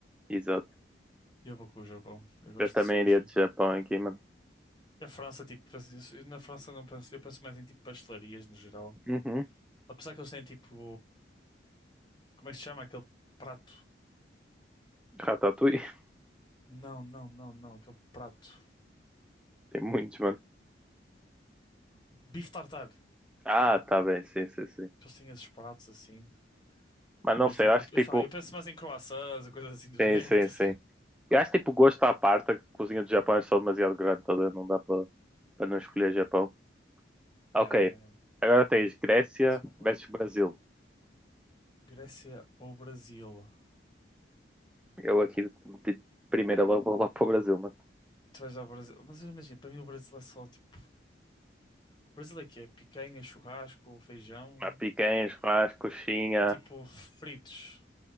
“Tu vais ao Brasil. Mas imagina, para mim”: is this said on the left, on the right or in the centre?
Left